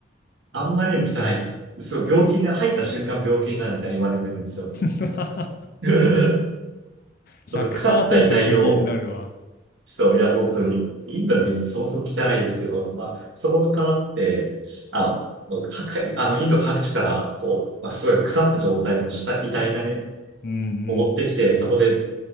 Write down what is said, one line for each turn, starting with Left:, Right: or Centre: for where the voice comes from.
Right: あんまりにも汚い。そう病気に入った瞬間病気になるみたいに言われてるんですよ。
Left: <laughs>
Right: <laughs>
Left: 100%
Right: そう腐った遺体を
Left: 下痢になるわ。
Right: そう、いや、本当に。インドの水そもそも汚いですけど、まあ、そこが変わって、あ、もうかかあの、インド各地から、こう、まあ、すごい腐った状態の下、遺体がね、
Left: うんうん。
Right: を持ってきて、そこで